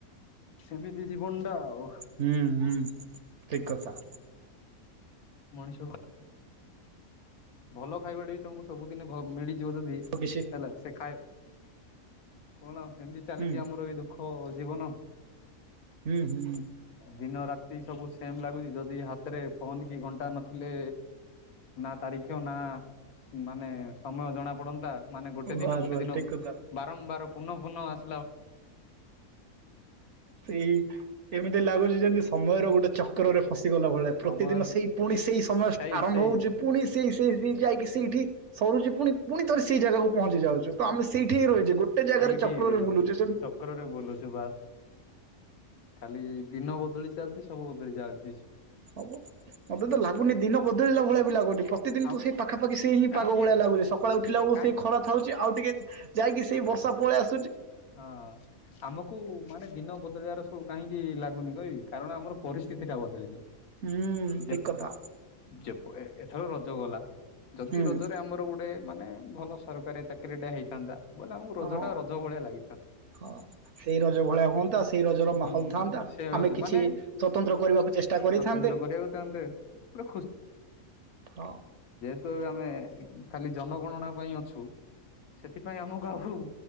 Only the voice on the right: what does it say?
ହୁଁ ହୁଁ ଠିକ କଥା।
କିଛି
ହୁଁ
ହୁଁ ହୁଁ।
ବାସ୍
ବାସ୍
ଠିକ କଥା।
ସେଇ ଏମିତି ଲାଗୁଛି ଯେମିତି ସମୟର ଗୋଟେ ଚକ୍ରରେ ଫଶି ଗଲା ଭଳିଆ ପ୍ରତିଦିନ
ସେଇ ପୁଣି ସେଇ ସମୟ
ଆରମ୍ଭ
ହଉଛି ପୁଣି ସେଇ ସେଇ ସେଇ ଯାଇକି ସେଇଠି ସରୁଛି ପୁଣି ପୁଣି ଥରେ ସେଇ ଜାଗାକୁ ପହଞ୍ଚି ଯାଉଛ ତ ଆମେ ସେଇ ସେଇଠି ହିଁ ରହିଛେ। ଗୋଟେ ଜାଗାରେ
ଚକ୍ରରେ
ବୁଲୁଚେ
ହବ ମତେ ତ ଲାଗୁନି ଦିନ ବଦଳିଲା ଭଳିଆ ବି ଲାଗୁନି ।ପ୍ରତିଦିନ
ତୁ ସେଇ ପାଖାପାଖି ସେଇ ହିଁ
ପାଗ ଭଳିଆ ଲାଗୁଛି ।ସକାଳୁ ଉଠିଲା ବେଳକୁ
ସେଇ ଖରା ଥାଉଛି ଆଉ ଟିକେ ଯାଇକି ସେଇ ବର୍ଷା ପଳେଇ ଆସୁ
ହୁଁ
ଠିକ କଥା।
ହୁଁ
ହଁ
ହଁ ସେଇ ରଜ ଭଳିଆ ହୁଅନ୍ତା ସେଇ ରଜର ମାହୋଲ
ଥାଆନ୍ତା
ଆମେ
କିଛି
ସ୍ଵତନ୍ତ୍ର କରିବାକୁ ଚେଷ୍ଟା କରିଥାନ୍ତେ।
ହଁ